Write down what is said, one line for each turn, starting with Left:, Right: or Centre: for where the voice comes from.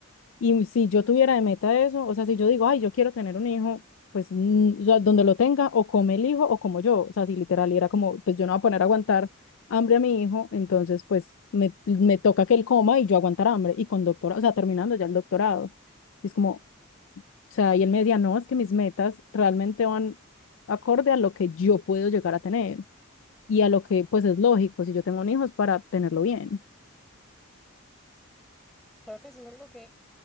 Left: y si yo tuviera de meta eso, o sea, si yo digo, ay, yo quiero tener un hijo, pues mm, o sea, donde lo tenga, o come el hijo o como yo, o sea, si literal y era como, pues yo no voy a poner a aguantar hambre a mi hijo, entonces pues me, me toca que él coma y yo aguantar hambre y con doctorado, o sea, terminando ya el doctorado. Y es como, o sea, y él me decía, no, es que mis metas realmente van acorde a lo que yo puedo llegar a tener y a lo que pues es lógico si yo tengo un hijo es para tenerlo bien.
Centre: Creo que eso es algo que